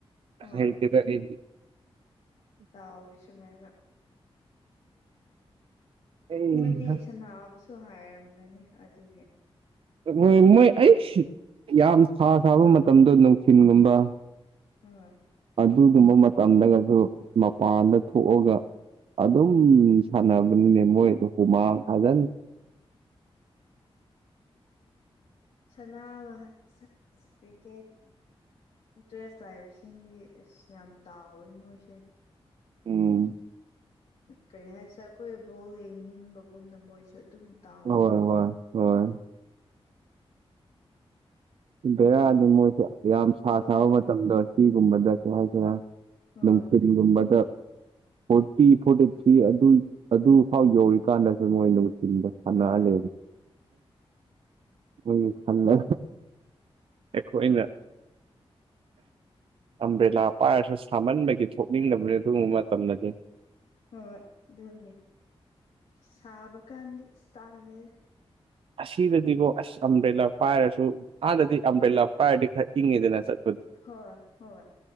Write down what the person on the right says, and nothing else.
ꯍꯥꯏꯗꯤꯗꯗꯤ
ꯑꯩꯍꯥ
ꯃꯣꯏ ꯃꯣꯏ
ꯑꯩ ꯌꯥꯝ ꯁꯥ ꯁꯥꯕ ꯃꯇꯝꯗꯣ ꯅꯨꯡꯊꯤꯜꯒꯨꯝꯕ
ꯑꯗꯨꯒꯨꯝꯕ ꯃꯇꯝꯗꯒꯁꯨ ꯃꯄꯥꯟꯗ ꯊꯣꯛꯑꯒ ꯑꯗꯨꯝ ꯁꯥꯟꯅꯕꯅꯤꯅꯦ ꯃꯣꯏꯗ ꯍꯨꯃꯥꯡ ꯐꯖꯤꯟ
ꯎꯝ
ꯍꯣꯏ ꯍꯣꯏ ꯍꯣꯏ ꯕꯦꯔꯥꯑꯗꯤ ꯃꯣꯏꯁꯦ ꯌꯥꯝ ꯁꯥ
ꯁꯥꯕ ꯃꯇꯝꯗ ꯑꯁꯤꯒꯨꯝꯕꯗ ꯀꯩ ꯍꯥꯏ ꯀꯔ
ꯒꯨꯝꯕꯗ ꯐꯣꯔꯇꯤ ꯐꯣꯔꯇꯤ ꯊ꯭ꯔꯤ ꯑꯗꯨ ꯑꯗꯨꯐꯥꯎ ꯌꯧꯔꯤꯀꯥꯟꯗꯁꯨ ꯃꯣꯏꯅ ꯎꯊꯜꯕꯁꯦ ꯐꯥꯟꯅ
ꯑꯂ ꯍꯣꯏ ꯐꯜꯂ ꯑꯩ ꯈꫭꯏꯅ ꯑꯝꯕ꯭ꯔꯦꯂꯥ ꯄꯥꯏꯔꯁꯨ ꯁꯥꯃꯟꯕꯒꯤ ꯊꯣꯛꯅꯤꯡꯗꯕꯅꯤ ꯑꯗꯨꯒꯨꯝꯕ ꯃꯇꯝꯗꯗꯤ
ꯑꯁꯤꯗꯗꯤꯕꯣ ꯑꯁ ꯑꯝꯕ꯭ꯔꯦꯂꯥ ꯄꯥꯏꯔꯁꯨ ꯑꯗꯗꯤ ꯑꯝꯕꯦꯜꯂ ꯄꯥꯏꯔꯗꯤ ꯏꯪꯏꯗꯅ ꯁ